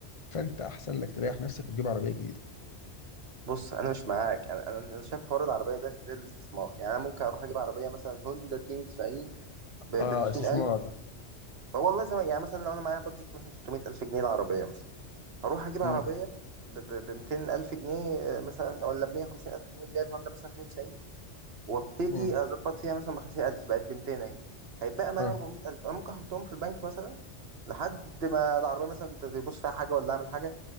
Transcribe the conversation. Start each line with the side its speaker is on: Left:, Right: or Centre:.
Left: فانت احسن لك تريح نفسك وتجيب عربيه جديده
Right: بص أنا مش معاك أنا أنا أنا شايف حوار العربية ده زي الاستثمار يعني أنا ممكن أروح أجيب عربية مثلا هوندا 92 ب
Left: اه
Right: 200
Left: استثمار
Right: ألف والله زي ما يعني مثلا لو أنا معايا بادجت مثلا 600 ألف جنيه العربية مثلا، هروح اجيب عربيه
Left: امم
Right: ب 200 الف جنيه آه، مثلا ولا ب 150 الف جنيه اللي هي الهوندا مثلا 92 وابتدي
Left: امم
Right: اظبط فيها مثلا ب 50 الف بقت ب 200 اهي هيبقى معايا
Left: اه
Right: 400 الف انا ممكن احطهم في البنك مثلا لحد ما العربيه مثلا تبص فيها حاجه ولا اعمل حاجه